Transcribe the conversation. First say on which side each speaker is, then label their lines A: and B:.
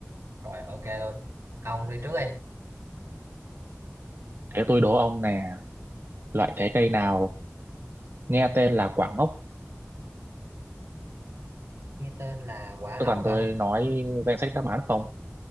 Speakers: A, on the right (about 90°); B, on the right (about 50°).
A: rồi ok luôn ông đi trước đi
B: Thế tôi đố ông nè, loại trái cây nào nghe tên là quả ngốc.
A: nghe tên là quả
B: Tôi
A: ốc
B: cần
A: hả
B: tôi nói danh sách đáp án không?